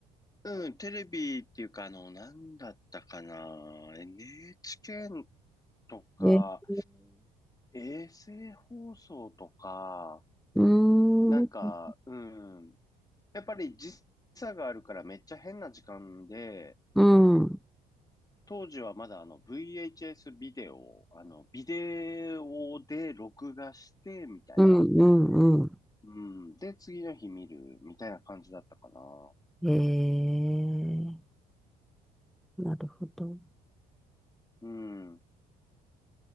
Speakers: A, on the left; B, in the centre.
A: うん、テレビっていうかあの、なんだったかな。NHK とか、
B: えー、
A: 衛星放送とか、
B: うーん、
A: なんか、
B: うん、
A: うん、やっぱり時差があるからめっちゃ変な時間で、
B: うん、
A: 当時はまだあの VHS ビデオ、あのビデオで録画してみたいな。
B: うん、うん。
A: うん。で、次の日見るみたいな感じだったかな。
B: えー、なるほど。
A: うん。